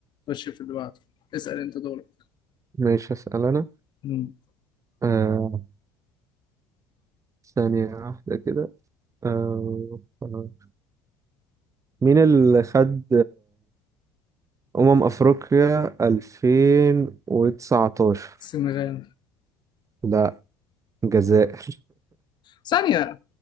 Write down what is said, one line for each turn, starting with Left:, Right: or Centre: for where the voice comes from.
Left: خش في اللي بعده اسال انت دورك
Right: ماشي أسأل
Left: مم.
Right: أنا ثانية واحدة كده آه، آه. مين اللي خد أمم أفريقيا 2019
Left: السنغال
Right: لا الجزائر
Left: ثانية